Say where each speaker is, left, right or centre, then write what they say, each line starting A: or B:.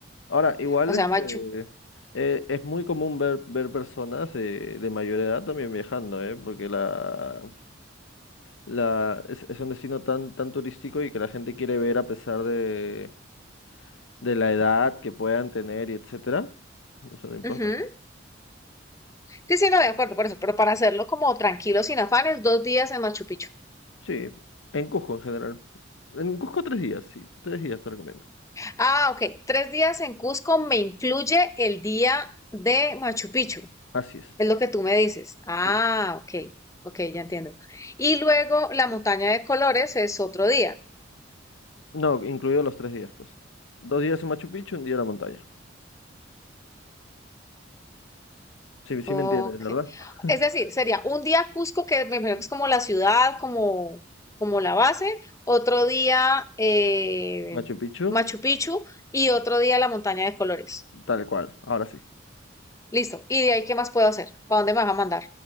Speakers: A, on the left; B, on the left.
A: Ahora, igual
B: O
A: este,
B: sea, Machu.
A: eh, es muy común ver, ver personas eh, de mayor edad también viajando, ¿eh? Porque la, la, es, es un destino tan, tan turístico y que la gente quiere ver a pesar de, de la edad que puedan tener y etcétera. Eso no importa.
B: Ujú. Sí, sí, no, de acuerdo por eso, pero para hacerlo como tranquilo, sin afanes, dos días en Machu Picchu.
A: Sí, en Cusco en general. En Cusco tres días, sí, tres días te recomiendo.
B: Ah, ok, tres días en Cusco me incluye el día de Machu Picchu,
A: Así es.
B: es lo que tú me dices. Ah,
A: sí.
B: ok, ok, ya entiendo. Y luego la montaña de colores es otro día.
A: No, incluido los tres días, pues. Dos días en Machu Picchu, un día en la montaña. Sí, sí
B: Ok.
A: me entiendes, ¿verdad? <laughs>
B: Es decir, sería un día Cusco, que me imagino que es como la ciudad, como, como la base, otro día eh,
A: Machu Picchu,
B: Machu Picchu y otro día la montaña de colores.
A: tal cual, ahora sí.
B: Listo. ¿Y de ahí qué más puedo hacer? ¿Para dónde me vas a mandar?